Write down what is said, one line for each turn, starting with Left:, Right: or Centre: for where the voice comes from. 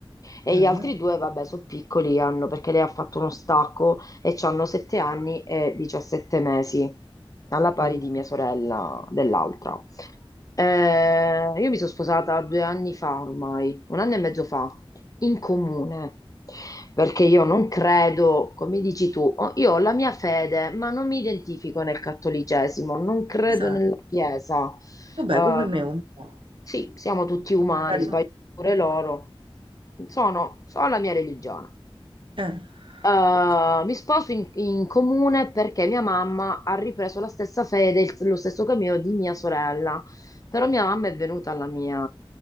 Left: E
Right: Eh?
Left: gli altri due, vabbè, sono piccoli, hanno, perché lei ha fatto uno stacco e hanno 7 anni e 17 mesi, alla pari
Right: mm.
Left: di mia sorella dell'altra. Eh, io mi sono sposata due anni fa ormai, un anno e mezzo fa, in comune, perché io non credo, come dici tu, ho- io ho la mia fede, ma non mi identifico nel cattolicesimo, non credo
Right: Esatto.
Left: nella Chiesa.
Right: Vabbè,
Left: Eh,
Right: come me un po'.
Left: sì, siamo tutti umani,
Right: Magari...
Left: sbagliamo pure loro. Sono, sono la mia religione.
Right: Eh,
Left: Eh,
Right: ok.
Left: mi sposo in, in comune perché mia mamma ha ripreso la stessa fede, il- lo stesso cammino di mia sorella. Però mia mamma è venuta alla mia,